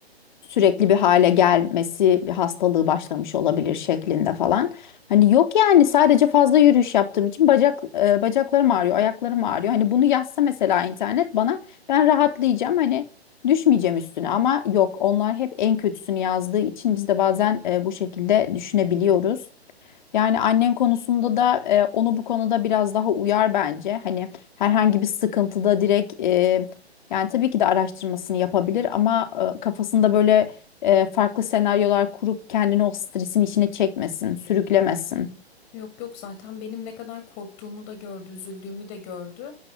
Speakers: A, on the left; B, on the left.
A: sürekli bir hale gelmesi, bir hastalığı başlamış olabilir şeklinde falan. Hani yok yani sadece fazla yürüyüş yaptığım için bacak e, bacaklarım ağrıyor, ayaklarım ağrıyor. Hani bunu yazsa mesela internet bana ben rahatlayacağım hani düşmeyeceğim üstüne ama yok onlar hep en kötüsünü yazdığı için biz de bazen e, bu şekilde düşünebiliyoruz. Yani annen konusunda da e, onu bu konuda biraz daha uyar bence. Hani herhangi bir sıkıntıda direkt e, yani tabii ki de araştırmasını yapabilir ama e, kafasında böyle e, farklı senaryolar kurup kendini o stresin içine çekmesin, sürüklemesin.
B: Yok yok zaten benim ne kadar korktuğumu da gördü, üzüldüğümü de gördü.